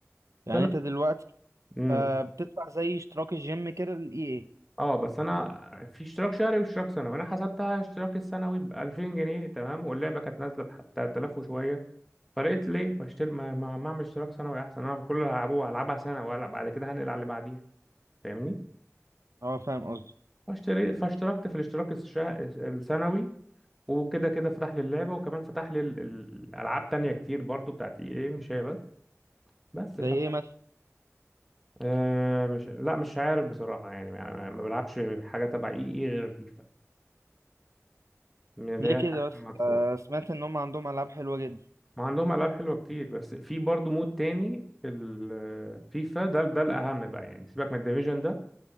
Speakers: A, on the right; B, in the centre.
A: يعني
B: فانا
A: انت دلوقتي
B: مم.
A: آه بتدفع زي اشتراك الجيم كده للاي اي
B: اه بس انا في اشتراك شهري واشتراك سنوي انا حسبتها اشتراك السنوي ب 2000 جنيه تمام واللعبه كانت نازله حتى 3000 وشويه فلقيت ليه بشتري ما ما ما اعمل اشتراك سنوي احسن انا كل اللي هلعبه هلعبها سنه ولا بعد كده هنقل على اللي بعديها فاهمني
A: اه فاهم قصدي
B: فاشتري فاشتركت في الاشتراك الشه... السنوي وكده كده فتح لي اللعبه وكمان فتح لي ال- ال- الالعاب تانية كتير برضو بتاعت اي اي مش هي بس بس ف...
A: زي ايه مثلا
B: آه مش لا مش عارف بصراحه يعني ما ما بلعبش حاجه تبع اي اي غير فيفا من اللي
A: ليه
B: هي
A: كده
B: الحاجات
A: بس
B: المدفوعه
A: آه سمعت ان هم عندهم العاب حلوة جدا
B: ما عندهم العاب حلوه كتير بس في برضه مود تاني في الفيفا ده ده الاهم بقى يعني سيبك من الديفيجن ده